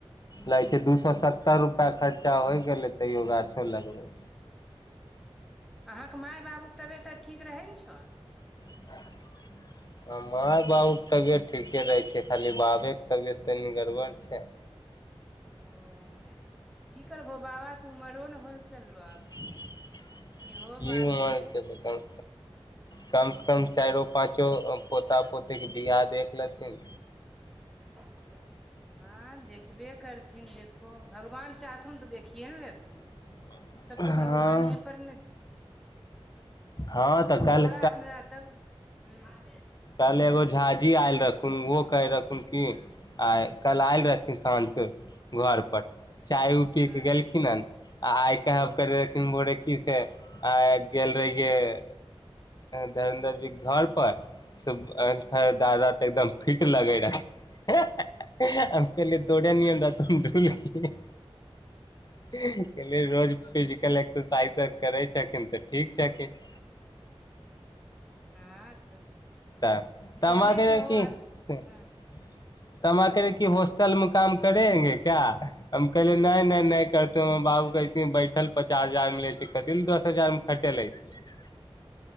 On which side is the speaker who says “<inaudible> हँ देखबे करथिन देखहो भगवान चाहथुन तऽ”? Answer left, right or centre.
Centre